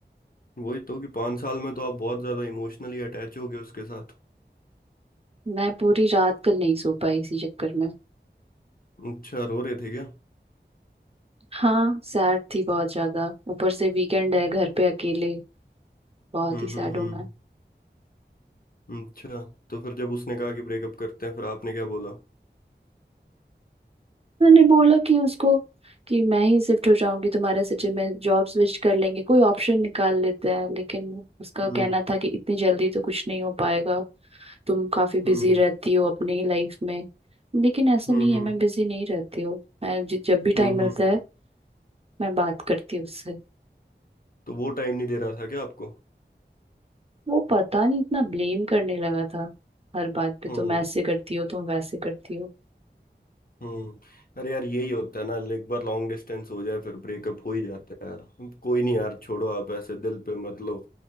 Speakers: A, on the left; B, on the right.
A: वही तो कि पाँच साल में तो आप बहुत ज्यादा इमोशनली अटैच हो गए उसके साथ
B: मैं पूरी रात कल नहीं सो पाई इसी चक्कर में
A: अच्छा रो रहे थे क्या
B: हाँ सैड थी बहुत ज्यादा ऊपर से वीकेंड है घर पे अकेले बहुत
A: हम्म
B: ही सैड
A: हम्म
B: हूँ मैं
A: हम्म अच्छा तो फिर जब उसने कहा कि ब्रेकअप करते हैं फिर आपने क्या बोला
B: मैंने बोला कि उसको कि मैं ही शिफ्ट हो जाऊंगी तुम्हारे सिटी में जॉब स्विच कर लेंगे कोई ऑप्शन निकाल लेते हैं लेकिन उसका
A: हम्म
B: कहना था कि इतनी जल्दी तो कुछ नहीं हो पाएगा तुम काफी बिजी
A: हम्म
B: रहती हो अपनी लाइफ में लेकिन ऐसा
A: हम्म
B: नहीं है
A: हम्म
B: मैं बिजी नहीं रहती हूँ मैं जि- जब भी
A: हम्म
B: टाइम मिलता
A: हम्म।
B: है मैं बात करती हूँ उससे
A: तो वो टाइम नहीं दे रहा था क्या आपको
B: वो पता नहीं इतना ब्लेम करने लगा था हर बात पे
A: हम्म
B: तुम ऐसे करती हो तुम वैसे करती हो
A: हम्म अरे यार यही होता है ना like, एक बार लॉन्ग डिस्टेंस हो जाए फिर ब्रेकअप हो ही जाता है यार हम- कोई नहीं यार छोड़ो आप ऐसे दिल पे मत लो